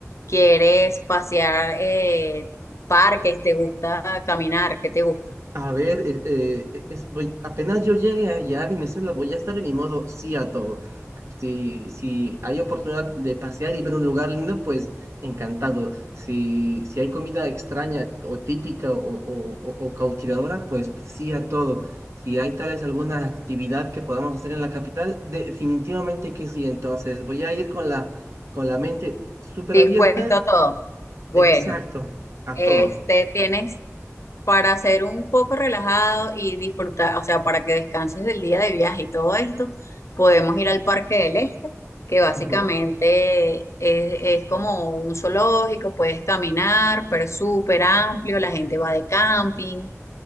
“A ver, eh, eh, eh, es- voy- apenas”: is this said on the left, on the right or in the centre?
Right